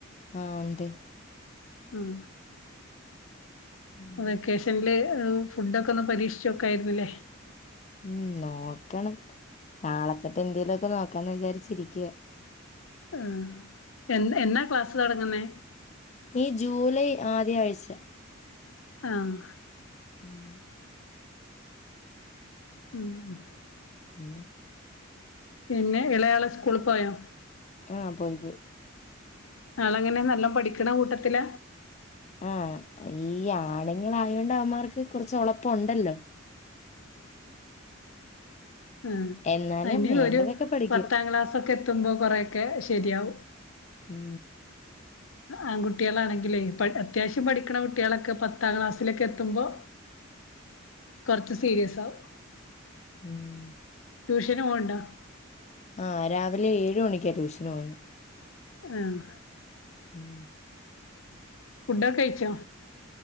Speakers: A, on the left; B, on the left.
A: ആഹ് ഉണ്ട്
B: ഉം
A: ഉം
B: വെക്കേഷനില് ഫുഡൊക്കെ ഒന്ന് പരീക്ഷിച്ചോക്കായിരുന്നില്ലേ
A: ഉം നോക്കണം നാളെത്തൊട്ട് എന്തേലുവൊക്കെ നോക്കാന്ന് വിചാരിച്ചിരിക്ക
B: ആഹ് എ എന്നാ ക്ലാസ് തൊടങ്ങുന്നെ
A: ഈ ജൂലൈ ആദ്യ ആഴ്ച
B: ആഹ്
A: ഉം
B: ഉം
A: പിന്നെ
B: പിന്നെ ഇളെയാള് സ്കൂളി പോയോ
A: ആഹ് പോയി പോയി
B: ആളെങ്ങനെ നല്ലോ പഠിക്കണ കൂട്ടത്തില
A: ആഹ് ഈ ആണുങ്ങളായോണ്ട് അവമാർക്ക് കൊറച്ച് ഒളപ്പൊണ്ടല്ലോ
B: ആഹ്
A: എന്നാലും
B: ഇനി
A: വേണ്ടതൊക്കെ
B: ഒരു
A: പഠിക്കും
B: പത്താം ക്ലാസ്സൊക്കെ എത്തുമ്പൊ കൊറെയൊക്കെ ശരിയാവും
A: ഉം
B: ആങ്കുട്ടികളാണെങ്കിലേ അത്യാവശ്യം പഠിക്കണ കുട്ടികളൊക്കെ പത്താം ക്ലാസ്സിലൊക്കെ എത്തുമ്പൊ കൊറച്ച് സീരിയസാവും
A: ഉം
B: ട്യൂഷന് പോവണ്ടോ
A: ആഹ് രാവിലെ ഏഴ് മണിക്കാ ട്യൂഷന് പോവുന്നെ
B: ആഹ്
A: ഉം
B: ഫുഡൊക കഴിച്ചോ